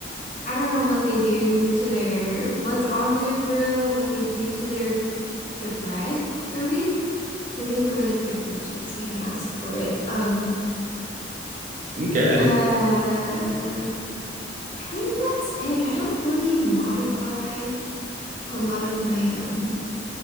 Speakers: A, on the left; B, on the right.
A: I don't know what they do to their what's on their grill, what they do to their their bread, really. But they make a really good grilled cheese. You can ask for it. Um,
B: Okay, I did.
A: uh, I think that's it. I don't really modify. a lot of my um